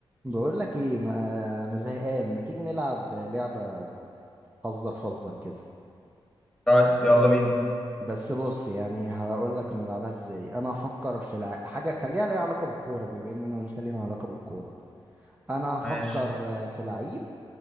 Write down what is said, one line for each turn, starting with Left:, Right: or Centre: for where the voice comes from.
Right: بقول لك ايه ما انا زهقان ما تيجي نلعب لعبة فزر فزر كده
Centre: طيب يلا بينا
Right: بس بص يعني هقول لك نلعبها ازاي انا هفكر في الع... حاجة خليها ليها علاقة بالكورة بما ان انا وانت لينا علاقة بالكورة انا هفكر
Centre: ماشي
Right: في لعيب